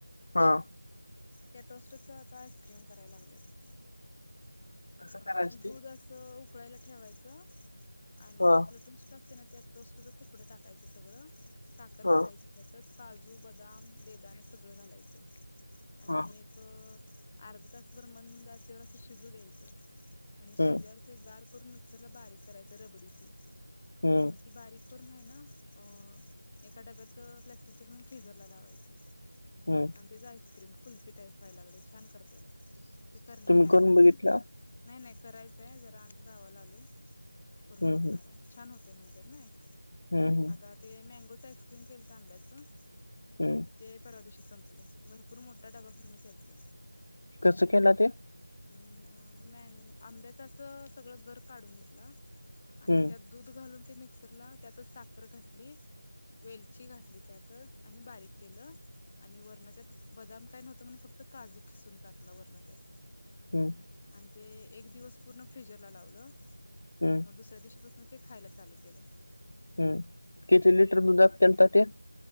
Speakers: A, on the left; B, on the left.
A: हा.
B: त्या टोस्टच आता आईस्क्रीम करायला लागलेत.
A: कसं करायच
B: दूध
A: ते
B: अस उकळायला ठेवायचं आणि
A: ह
B: आपलं टोस् असते ना त्या टोस्टच तुकडं टाकायचं सगळं साखर
A: ह
B: घालाय यातच काजू, बदाम, बेदाना सगळं घालायचं आणि
A: ह
B: एक अ अर्धा तासभर मंदाचेवर असं शिजू द्यायचं आणि शिजल्यावर
A: हम्म
B: ते गार करून मिक्सरला बारीक करायच रबडी ती
A: हम्म
B: आणि ती बारीक करून आहे ना अ एकां डब्यांत प्लास्टिकच्यांकडून फ्रीझरला लावांयचे
A: हम्मं
B: त्यांचं आईस्क्रीम कुल्फी टाईप व्हांयला लागले छान करतांत ते करणारं
A: तुम्ही
B: आहे आम्हीं
A: करून बघितला
B: पणं नाहीं नाहीं करायचंय जरां आम्हीं गावांला आलोय करूंन
A: हम्म
B: बघणारं
A: हम्म
B: आहे छान होते म्हणतांत नां
A: हम्म हम्म
B: आंता ते मॅगोच आईस्क्रीम केलं तरं आंब्याचं.
A: हो
B: ते पर्वा दिवशी संपलं भरंपूर मोठां डब्बा भरूंन केलंत.
A: कसं केलां ते
B: अंम मॅग आंब्यांच्या असं सगळं गरं काढूंन घेतलां आणि
A: हम्म
B: त्यांत दूधं घालूंन ते मिक्सरला त्यांतच सांखर घातली वेलची घातली त्यांतच आणि बारीक केलं आणि वरणं त्यांतन बदांम कायं नव्हतं म्हणुंन फक्तं कांजू खिसूंन टांकला वरणं त्यांत.
A: हम्मं
B: आणि ते एक दिवसं पूर्ण फ्रीजरला लावलं
A: हम्म
B: मं दुसऱ्यां दिवशीपासून मं ते खांयला चालूं केलं.
A: हम्मं किती लिटर दुधांत केलंता ते